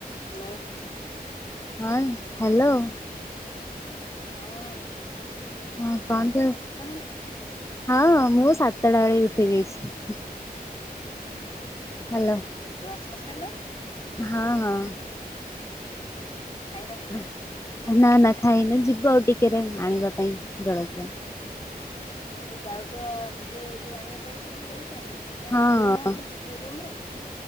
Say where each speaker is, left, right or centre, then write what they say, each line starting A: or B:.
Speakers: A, on the left; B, on the left.
A: Hello.
B: ହଁ hello.
A: ହଁ।
B: ହଁ କଣ କର
A: ନା?
B: ହଁ ମୁଁ ସାତଟା ବେଳେ ଉଠି ଯାଇଛି। ହ୍ୟାଲୋ।
A: ବ୍ରସ୍ କରିସାରିଲାଣି?
B: ହଁ ହଁ।
A: ଖାଇ ନଥିବ?
B: ଅହ ନା ନା ଖାଇନୁ ଯିବ ଆଉ ଟିକେରେ ଆଣିବା ପାଇଁ ଜଳଖିଆ।
A: ଓହୋ ଯାଉଛ ନିଜେ ଯୋଉ ଆଣିବା ପାଇଁ ସେଟିକି ଚଳଖିଆ ନା
B: ହଁ
A: ଆଣିକି ଦଉନାହାନ୍ତି ହସ ରୁମ ରେ?